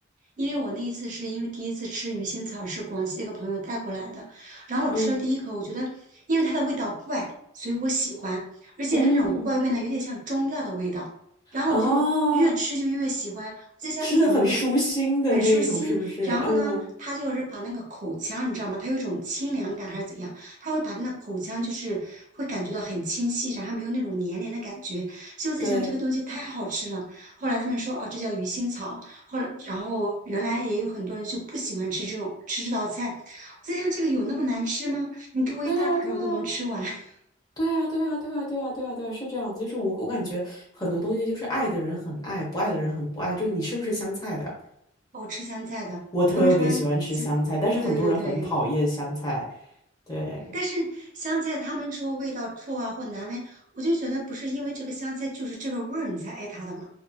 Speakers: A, on the right; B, on the left.
A: 因为我那一次是因为第一次吃鱼腥草是广西的一个朋友带过来的，然后我吃了第一口，
B: 嗯
A: 我觉得因为它的味道怪，所以我喜欢，而且它那种怪味呢，
B: 嗯
A: 有点像中药的味道，然后我就越吃就越喜欢，
B: 啊，
A: 在想咦怎么会有
B: 吃的很舒心的那种，
A: 很舒心，
B: 是不是？
A: 然后呢，
B: 嗯，
A: 它就是把那个口腔你知道吗？它有一种清凉感还是怎样，它会把那个口腔就是会感觉到很清晰，然后没有那种黏黏的感觉，所以我在想这个东西太好吃了。
B: 对
A: 后来他们说哦，这叫鱼腥草。后来，然后原来也有很多人就不喜欢吃这种吃这道菜。我在想，这个有那么难吃吗？你给我一大盆，
B: 对呀对呀。
A: 儿，我都能吃完。<laughs>
B: 对啊，对啊，对啊，对啊，对啊，对啊，是这样。就是我，我感觉很多东西就是爱的人很爱，不爱的人很不爱。就你吃不吃香菜的？
A: 我吃香菜的，
B: 我特别喜欢吃香菜，
A: 他们说香，
B: 但是很多人很讨厌香菜。
A: 对对对，
B: 对，
A: 但是香菜他们说味道臭啊或难闻，我就觉得不是因为这个香菜就是这个味儿你才爱它的嘛，